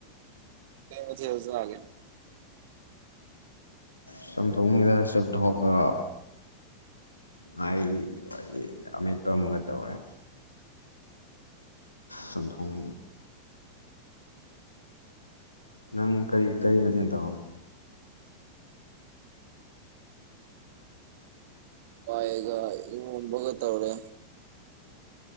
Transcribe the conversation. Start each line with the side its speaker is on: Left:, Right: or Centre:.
Right: ꯀꯩ ꯃꯊꯦꯜ ꯆꯥꯔꯒꯦ
Left: ꯆꯝꯊꯣꯡꯅꯤꯗ <unintelligible> ꯉꯥꯔꯤ ꯍꯥꯏꯗꯤ ꯑꯃꯦꯠꯄ ꯑꯃꯒ ꯇꯧꯔꯦ ꯆꯝꯊꯣꯡ ꯅꯪ ꯀꯔꯤ ꯀꯔꯤ ꯃꯇꯦꯜ ꯇꯧꯔꯦ
Right: ꯍꯥꯥꯋꯥꯏꯒꯥ ꯏꯔꯣꯝꯕꯒꯥ ꯇꯧꯔꯦ